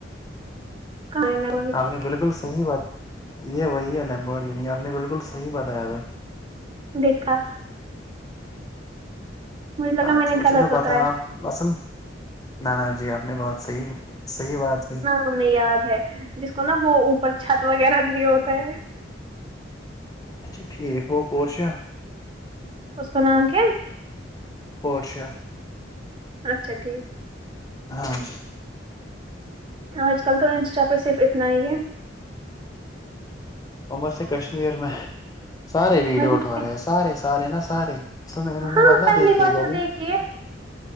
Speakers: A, on the right; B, on the left.
A: ک <unintelligible>
B: آپ نے بالکل صحیح بات یہ وہی ہے لیمبا یہ نہیں آپ نے بالکل صحیح بتایا تھا
A: دیکھا <unintelligible> مجھے لگا
B: اچھ
A: میں نے
B: مجھے
A: غلط
B: تو پت
A: بتایا
B: ہے آپ اصل نان جی آپ <unintelligible> آ نے بہت صحیح صحیح بات ہوئی <unintelligible>
A: ت نے یاد ہے جس کو نا وہ اوپر چھت وغیرہ نہیں ہوتا ہے <unintelligible>
B: اچا ٹھیک وہ پور ش <unintelligible>
A: اس کا نام کیا
B: پورشہ
A: اچھا ٹھیک
B: ہاں جی
A: آج کل تو انسٹا پہ صرف اتنا ہی ہے
B: عمر سے کشمیر میں سارے ویڈیو
A: ورنہ
B: اٹھا
A: کیا؟
B: رہے ہیں سارے سارے نا سارے ال میں انہوں
A: ہاں
B: نے مت نہ
A: پہلی
B: دیکھیے
A: بار
B: گابھی
A: جو دیکھیے
B: <unintelligible>